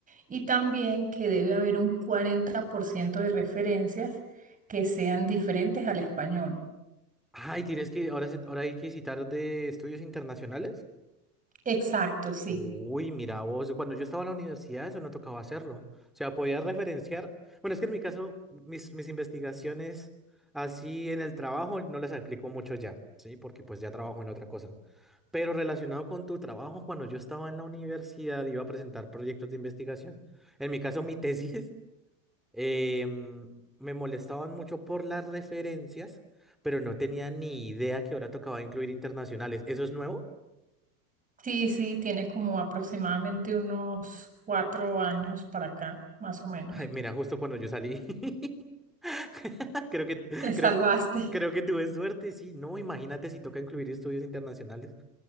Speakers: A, on the right; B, in the centre.
A: Y también que debe haber un 40% de referencias que sean diferentes al español.
B: Ay, tienes que, ahora, se- ahora hay que citar de estudios internacionales.
A: Exacto, sí.
B: Uy, mira vos, cuando yo estaba en la universidad eso no tocaba hacerlo. O sea, podías referenciar. Bueno, es que en mi caso, mis, mis investigaciones así en el trabajo no las aplico mucho ya, ¿sí? Porque pues ya trabajo en otra cosa. Pero relacionado con tu trabajo, cuando yo estaba en la universidad iba a presentar proyectos de investigación. En mi caso, mi tesis, <laughs> em, me molestaban mucho por las referencias, pero no tenía ni idea que ahora tocaba incluir internacionales. ¿Eso es nuevo?
A: Sí, sí, tiene como aproximadamente unos cuatro años para acá, más o menos.
B: Ay, mira, justo cuando yo salí. <laughs> Creo que,
A: Te salvaste.
B: creo, creo que tuve suerte, sí. No, imagínate si toca incluir estudios internacionales.